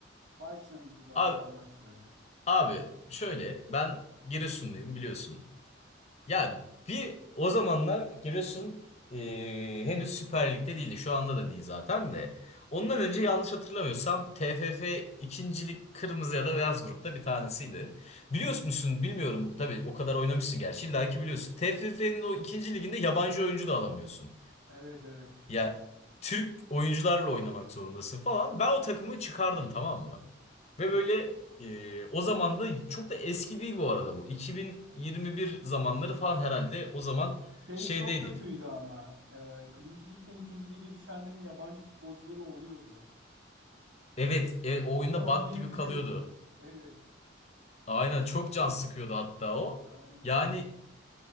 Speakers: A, on the right; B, on the left.
A: Baştan itibaren
B: Abi,
A: anlat şöyle.
B: abi şöyle ben Giresunluyum biliyorsun. Ya bir o zamanlar Giresun eee, henüz Süper Lig'de değildi. Şu anda da değil zaten de. Ondan önce yanlış hatırlamıyorsam TFF ikincilik kırmızı ya da beyaz grupta bir tanesiydi. Biliyor musun bilmiyorum tabii o kadar oynamışsın gerçi illa ki biliyorsun. TFF'nin o ikinci liginde yabancı oyuncu da alamıyorsun.
A: Evet evet.
B: Ya Türk oyuncularla oynamak zorundasın falan. Ben o takımı çıkardım tamam mı? Ve böyle e, o zaman da çok da eski değil bu arada bu. 2021 zamanları falan herhalde o zaman
A: Şey
B: şeydeydik.
A: çok kötüydü ama. E, birinci ligden ikinci lige düşenlerin yabancı futbolcuları oluyordu.
B: Evet e, o
A: Onlar
B: oyunda
A: oynayabiliyordu.
B: bug gibi kalıyordu.
A: Evet.
B: Aynen çok can sıkıyordu hatta o.
A: Aynen.
B: Yani